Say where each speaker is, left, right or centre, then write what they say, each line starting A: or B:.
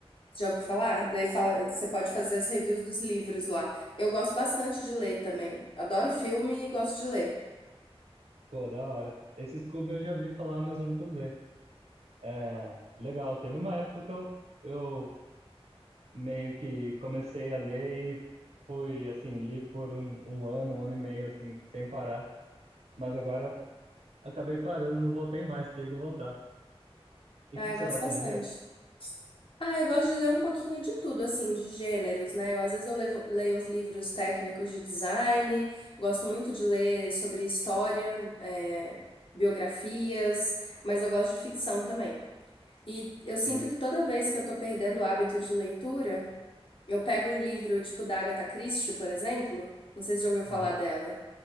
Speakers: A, on the left; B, on the right.
A: Já ouviu falar? Daí fala, você pode fazer as reviews dos livros lá. Eu gosto bastante de ler também. Adoro filme e gosto de ler.
B: Pô, da hora. Esse Scooby eu já vi falar, mas eu nunca usei. É, legal. Teve uma época que eu, eu meio que comecei a ler e fui, assim, li por um, um ano, um ano e meio, assim, sem parar. Mas agora acabei parando, não voltei mais, tenho que voltar. E
A: Ah,
B: o que
A: eu
B: que
A: gosto
B: você gosta
A: bastante.
B: de ler?
A: Ah, eu gosto de ler um pouquinho de tudo, assim, de gêneros, né? Eu, às vezes eu levo- leio uns livros técnicos de design, gosto muito de ler sobre história, é, biografias, mas eu gosto de ficção também. E eu sinto
B: Sim.
A: que toda vez que eu tô perdendo o hábito de leitura, eu pego um livro tipo da Agatha Christie, por exemplo, não sei se já ouviu falar
B: Aham.
A: dela.